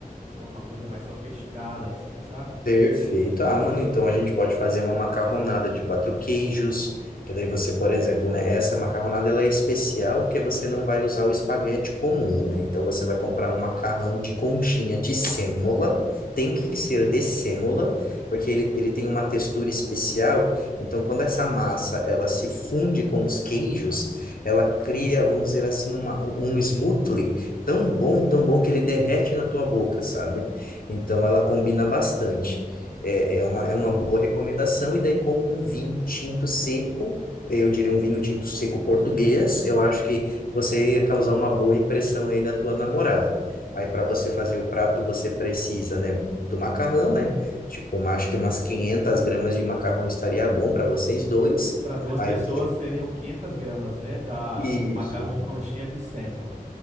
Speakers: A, on the right (about 50°); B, on the left (about 75°).
A: Então, uma coisa mais sofisticada, assim, sabe?
B: Perfeito. Ah, mano, então a gente pode fazer uma macarronada de quatro queijos, que daí você, por exemplo, né, essa macarronada ela é especial que você não vai usar o espaguete comum, né? Então você vai comprar um macarrão de conchinha de sêmola, tem que ser de sêmola, porque ele, ele tem uma textura especial. Então quando essa massa ela se funde com os queijos, ela cria, vamos dizer assim, uma, um um smoothie tão bom, tão bom que ele derrete na tua boca, sabe? Então ela combina bastante. É, é uma, é uma boa recomendação, e daí com um vinho tinto seco, eu diria um vinho tinto seco português, eu acho que você ia causar uma boa impressão aí na tua namorada. Aí para você fazer o prato, você precisa, né, do macarrão, né? Tipo, uma- acho que umas 500 gramas de macarrão estaria bom para vocês dois.
A: Para duas
B: Aí
A: pessoas
B: você...
A: seriam 500 gramas, né? Da,
B: Isso.
A: do macarrão conchinha de sêmola.